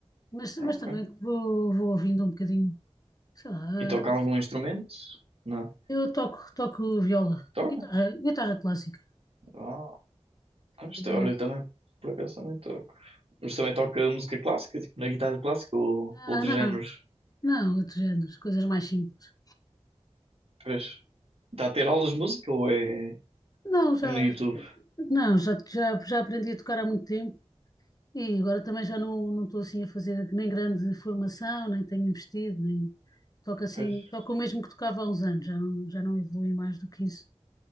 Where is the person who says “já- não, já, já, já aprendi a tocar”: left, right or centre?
Left